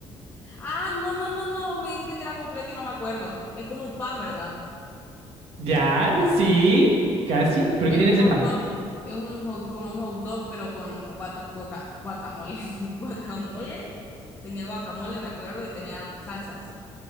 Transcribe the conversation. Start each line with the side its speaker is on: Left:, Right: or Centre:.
Left: Ah, no, no, no, no, vos me dijiste que era completo y no me acuerdo. Es como un pan, ¿verdad?
Right: Ya, sí, casi. ¿Pero
Left: Es
Right: qué tiene
Left: un
Right: ese
Left: hot
Right: plan?
Left: dog, es un hot- como un hot dog, pero con guata- guaca- guacamole. <laughs> Guacamole. Tenía guacamole, me acuerdo, y tenía salsas.